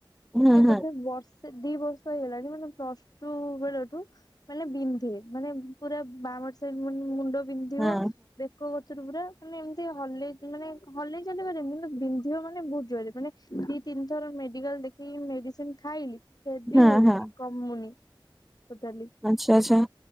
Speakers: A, in the centre; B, on the left (about 50°).
A: ହୁଁ ହୁଁ ହୁଁ
B: ବଧେ ବର୍ଷେ ଦି ବର୍ଷ ହେଇଗଲାଣି ମାନେ ପ୍ଲସ ଟୁ ବେଳଠୁ ମାନେ ବିନ୍ଧେ। ମାନେ ପୁରା ବାଆଁ ପଟ ସାଇଟ୍ ମୁଣ୍ଡ ବିନ୍ଧିବ।
A: ହୁଁ
B: କୋଉ <unintelligible> ପୁରା ମାନେ ଏମିତି ହଲେଇ ମାନେ ହଲେଇ ଚାଲି ପାରିବି କିନ୍ତୁ ବିନ୍ଧିବ ମାନେ ବହୁତ୍ ଜୋରେ। ମାନେ ଦି ତିନିଥର ମେଡିକାଲ ଦେଖିକି ମେଡିସିନ୍ ଖାଇଲି। <unintelligible>
A: ହୁଁ
B: ହଉଚି
A: ହୁଁ
B: କମୁନି ଟୋଟାଲି।
A: ଆଚ୍ଛା ଆଚ୍ଛା।